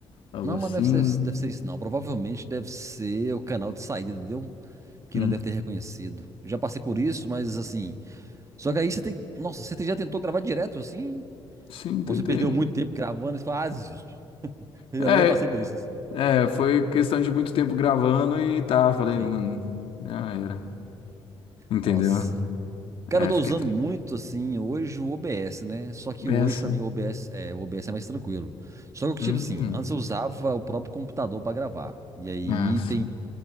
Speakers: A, on the left (about 70°); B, on the right (about 30°).
A: algo
B: não,
A: assim.
B: mas não deve ser, deve ser isso, não. Provavelmente deve ser o canal de saída, entendeu? Que
A: Hum,
B: não deve ter reconhecido. Já passei por isso, mas assim. Só que aí você tem. Nossa, você já tentou gravar direto assim?
A: Sim, tentei.
B: Ou você perdeu muito tempo gravando e você fala, ah, desisto. Eu
A: É,
B: também já passei por isso assim.
A: é, foi questão de muito tempo gravando e tá, falei,
B: Sim.
A: mano, já era. Entendeu?
B: Nossa. Cara,
A: É,
B: eu tô
A: fiquei
B: usando
A: triste.
B: muito assim hoje o OBS, né? Só que
A: Beça.
B: hoje pra mim o OBS é, o OBS é mais tranquilo. Só que
A: Hum,
B: tipo assim, antes eu usava o próprio computador pra gravar. E aí
A: ah, sim.
B: tem,